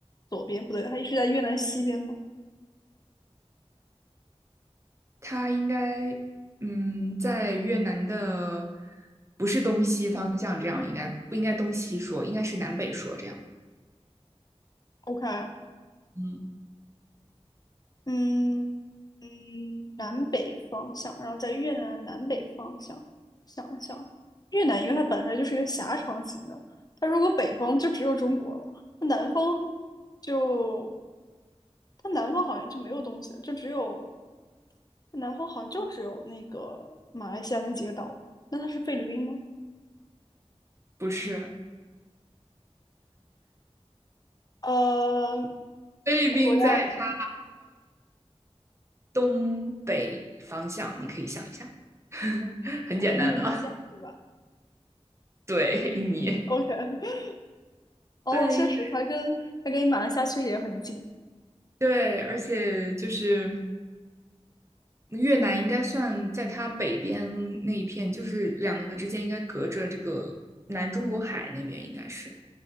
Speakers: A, on the left; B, on the right.
A: 左边不对，它是在越南西边吗
B: 它应该嗯，在越南的不是东西方向，这样应该不应该东西说，应该是南北说这样。
A: ？OK，
B: 嗯，
A: 嗯嗯，南北方向，然后在越南的南北方向，想一想，越南因为它本来就是一个狭长型的，它如果北方就只有中国了，那南方就它南方好像就没有东西了，就只有南方好像就只有那个马来西亚那几个岛，那它是菲律宾吗？
B: 不是，
A: 呃，
B: 菲律宾在它
A: 这个国家
B: 东北方向，你可以想一下，<laughs> 很简单了。
A: 它是印度尼西亚，对吧
B: 对，印尼，
A: ？OK，<laughs> 哦，
B: 对，
A: 确实，
B: 因为
A: 它跟它跟马来西亚确实也很近。
B: 对，而且就是越南应该算在它北边那一片，就是两个之间应该隔着这个南中国海那边，应该是。